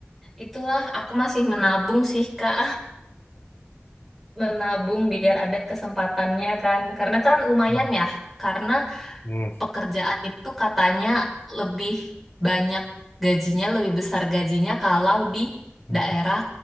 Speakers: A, in the centre; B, on the left (about 60°).
A: itulah aku masih menabung sih Kak menabung biar ada kesempatannya kan. Karena kan lumayan
B: Hmm.
A: ya, karena
B: Hmm.
A: pekerjaan itu katanya lebih banyak gajinya, lebih besar gajinya kalau di
B: Hmm.
A: daerah